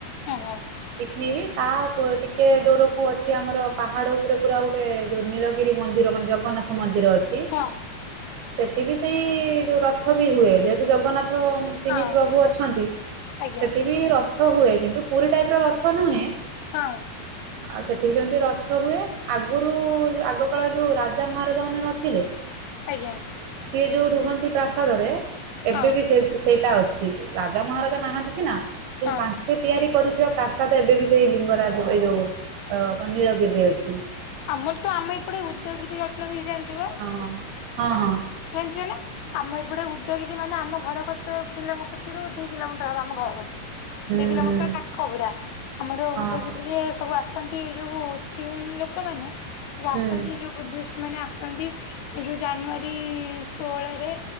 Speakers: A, on the left (about 80°); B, on the right (about 75°).
A: ଓହୋ।
B: ପିକନିକବି ତାପ ଟିକେ ଦୂରକୁ ଅଛି ଆମର ପାହାଡ ଉପରେ ପୁରା ଗୋଟେ ଯୋଉ ନୀଳଗିରି ମନ୍ଦିର ମାନେ ଜଗନ୍ନାଥ ମନ୍ଦିର ଅଛି।
A: ହଁ
B: ସେଠିବି ସେଇ ଯୋଉ ରଥବି ହୁଏ ଯେହେତୁ ଜଗନ୍ନାଥ ତିନି
A: ହଁ
B: ପ୍ରଭୁ ଅଛନ୍ତି
A: ଆଜ୍ଞା
B: ସେଠି ବି ରଥ ହୁଏ କିନ୍ତୁ ପୁରୀ ଟାଇପ ର ରଥ ନୁହେଁ
A: ହଁ।
B: ଆଉ ସେଠ ବିି ସେମିତି ରଥ ହୁଏ ଆଗରୁ ଆଗକାାଳ ଯୋଉ ରାଜା ମହାରାଜା ମାନେ ନଥିଲେ
A: ଆଜ୍ଞା।
B: ସିଏ ଯୋଉ ରୁହନ୍ତି ପ୍ରାସାଦରେ ଏବେ
A: ହଁ
B: ବି ସେ ସେଇଟା ଅଛି ରାଜା ମହାରାଜା ନାହାନ୍ତି ସିନା କିନ୍ତୁ
A: ହଁ
B: ତା ୋକେ ତିଆରି କରିଥିବା ପ୍ରାସାଦ ଏବେ ବି ସେଇ ଲିଙ୍ଗରାଜ ଏଇ ଯେଉଁ ନୀଳଗିରିରେ ଅଛି।
A: ଆମର ତ ଆମ ଏପଟେ ଉଦ୍ୟଗିରି ରତ୍ନଗିରି ଜାଣିଥିବ?
B: ହ ହଁ ହଁ।
A: ଯାଣିଚନା। ଆମ ଏପଟେ ଉଦ୍ୟୋଗୀ ମାନେ ଆମ ଘରରୁ ଦୁଇ କିଲୋମିଟର ହବ ଆମ ଘରକତରୁ।
B: ହୁଁ
A: ଦେଖିଲମ
B: ହୁଁ
A: ତା ଖବରା ଆମର
B: ହଁ
A: ଉଦୟ
B: ହଁ
A: ସବୁ ଆସ? ଆନ୍ତି ଯୋଉ ଚୀନ ଲୋକମାନୋନ ଆସନ୍ତି
B: ହୁଁ।
A: ଯୋଉ ଉଦ୍ଦିଷ୍ଟ ମାନେ ଆସନ୍ତି ଏଇ ଯୋଉ ଜାନୁଆରୀ ସେଠି ଷୋହଳରେ